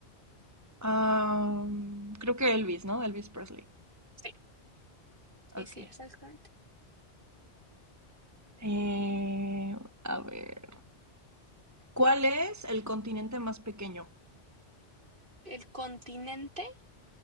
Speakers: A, on the right; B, on the right.
A: Am, creo que Elvis, ¿no? Elvis Presley.
B: Sí, sí,
A: Ok.
B: sí, exactamente.
A: Eh, a ver. ¿Cuál es el continente más pequeño?
B: ¿El continente?